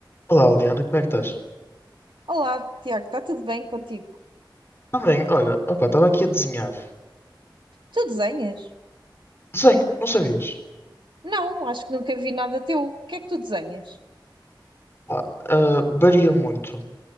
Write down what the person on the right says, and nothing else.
Olá, Tiago, está tudo bem contigo?
Tu desenhas?
Não, acho que nunca vi nada teu. O que é que tu desenhas?